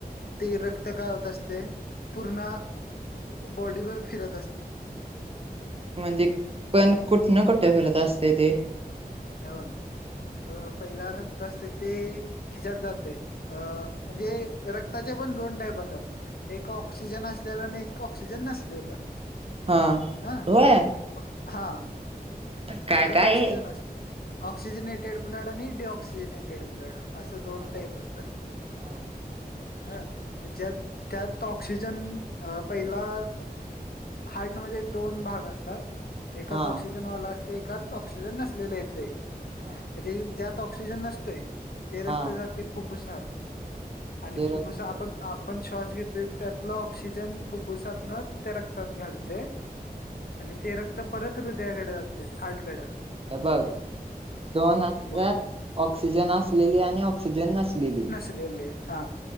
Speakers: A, on the left (about 70°); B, on the right (about 35°).
A: ते रक्त काय होत असतय पूर्ण बॉडीवर फिरत अस
B: म्हणजे पण कुठन कुठे फिरत असते ते?
A: हे बघ अ पहिला रक्त असते ते हेच्यात जाते. अ म्हणजे रक्ताचे पण दोन टाईप असतात. एक ऑक्सिजन असलेलं अन एक ऑक्सिजन नसलेलं.
B: हां
A: हा
B: होय!
A: म, हा.
B: काय
A: एकत
B: काय?
A: ऑक्सिजन अस ऑक्सिजिनेटेड ब्लड. आणि डी ऑक्सिजिनेटेड ब्लड. असं दोन
B: हा
A: टाईप असतात.
B: हा.
A: ह. म्हणजे त्यात तो ऑक्सिजन पहिला हार्टमध्ये दोन भाग असतात एकात
B: हा
A: ऑक्सिजन वाला असतंय. ऐकात ऑक्सिजन नसलेलं येतंय.
B: हा
A: म्हणजे ज्यात ऑक्सिजन नसतोय. ते रक्त
B: हा
A: जातंय फुफुसात. आणि
B: ते
A: फुफ्फुस
B: रक्त
A: आपण आपण श्वास घेतोय. त्यातला ऑक्सिजन फुफुसातन त्या रक्तात घालतंय. आणि ते रक्त परत हृदयाकड जातंय. हार्टकड.
B: हे बघ दोन असत्यात.
A: बोल
B: ऑक्सिजन असलेली आणि ऑक्सिजन नसलेली.
A: लेले हा.